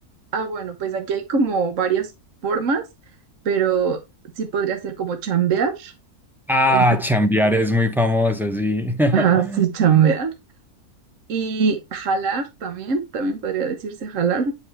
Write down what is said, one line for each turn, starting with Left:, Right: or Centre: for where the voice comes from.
Right: Ah, bueno, pues aquí hay como varias formas, pero sí podría ser como chambear.
Centre: Ah,
Right: el-
Centre: chambear es muy famoso, sí. <laughs>
Right: Ajá, sí, chambear. Y jalar también, también podría decirse jalar.